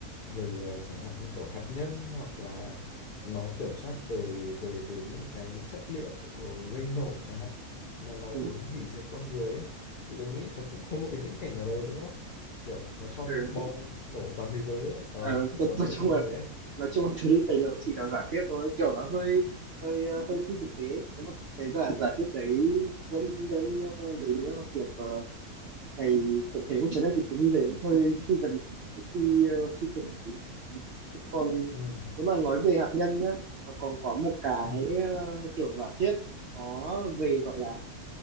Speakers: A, on the left; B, on the right.
A: về ờ, chẳng hạn như kiểu hạt nhân hoặc là nó kiểm soát về về về những cái chất liệu gây nổ chẳng hạn mà nó
B: Ừ.
A: muốn hủy diệt con người ấy thì tôi nghĩ là cũng có một cái viễn cảnh nào đấy đúng không kiểu nó cho
B: Ừ.
A: bom nổ toàn thế giới ấy ờ
B: Ờ,
A: để
B: nói
A: xóa
B: nói
A: sổ
B: chung
A: con
B: là
A: người ấy
B: nói chung là thứ thấy nó chỉ là giả thiết thôi kiểu nó hơi hơi ờ, hơi phi thực tế thế mà cái giả giả thiết đấy dẫn đến ờ, đến ờ, việc ờ, ngày tập thể của trái đất thì tôi nghĩ thấy nó hơi phi vật phi ờ, phi thực một tí. còn
A: ừ
B: nếu mà nói về hạt nhân nhá nó còn có một cái
A: ừ
B: ờ, kiểu giả thiết nó về gọi là